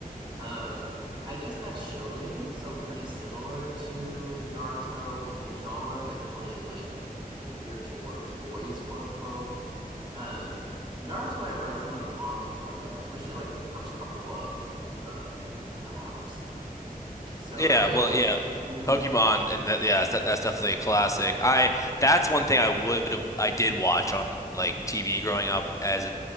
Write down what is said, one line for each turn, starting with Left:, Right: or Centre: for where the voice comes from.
Right: um, I guess that's shonen, so pretty similar to Naruto in genre. Definitely like kind of geared towards boys, quote unquote um, Naruto, I've read some of the manga for though, especially like the first couple of um, kind of arcs. So
Left: Yeah,
Right: I really
Left: well,
Right: like.
Left: yeah,
Right: hmm
Left: Pokemon, and that, yeah, that's, that's definitely a classic. I that's one thing I would have I did watch on like TV growing up as a,